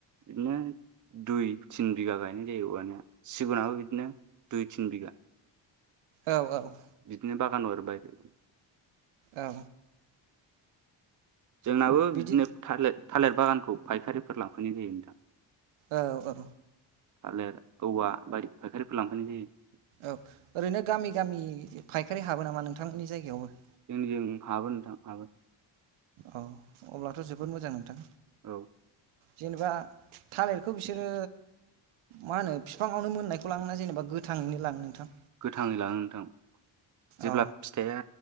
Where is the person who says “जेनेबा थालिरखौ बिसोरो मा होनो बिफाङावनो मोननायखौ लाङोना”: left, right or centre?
Right